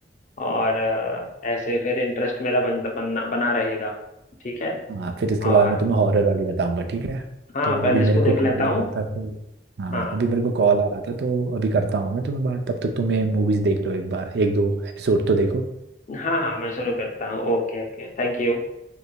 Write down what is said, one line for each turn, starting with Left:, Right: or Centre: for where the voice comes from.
Left: और अ, ऐसे फिर इंटरेस्ट मेरा बन, बनना बना रहेगा ठीक है
Right: हाँ फिर इसके
Left: और
Right: बाद मैं तुम्हें हॉरर वाली बताऊंगा ठीक है
Left: हाँ
Right: तो
Left: पहले
Right: अभी
Left: इसको
Right: मेरे
Left: देख
Right: को
Left: लेता
Right: कॉल
Left: हूँ
Right: आ रहा था फिर हाँ
Left: हाँ
Right: अभी मेरे को कॉल आ रहा था तो अभी करता हूँ मैं तुम्हें बात तब तक तुम्हें मूवीज देख लो एक बार एक दो एपिसोड तो देखो
Left: हाँ हाँ मैं शुरू करता हूँ Okay okay thank you